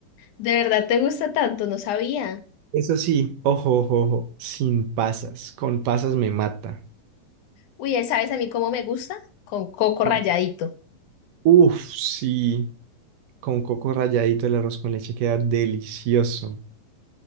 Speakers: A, on the left (about 70°); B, on the right (about 75°).
A: ¿De verdad te gusta tanto? No sabía.
B: Eso sí, ojo, ojo, ojo, sin pasas. Con pasas me mata.
A: Uy, ¿sabes a mí cómo me gusta? Con coco ralladito.
B: Mm. Uf, sí, con coco ralladito el arroz con leche queda delicioso.